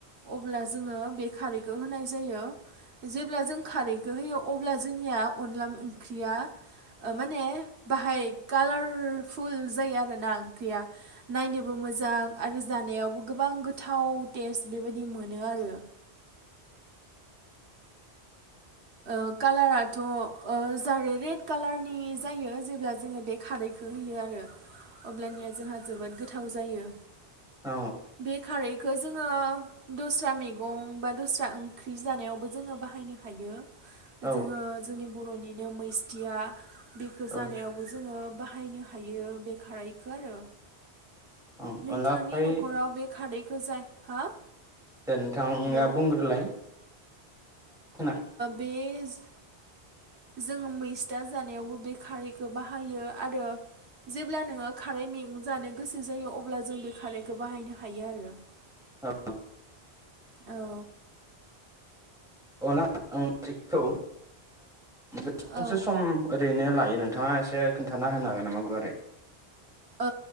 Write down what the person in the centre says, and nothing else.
औ
औ
औ
औ
अनला खारै
दे नोंथाङा
बुंग्रोलाय खोना
औ
अनला ओंख्रिखौ बेसांसो
सम <unintelligible> ओरैनो लायो नोंथाङा एसे खोन्थाना होनो हागोन नामा गुवारै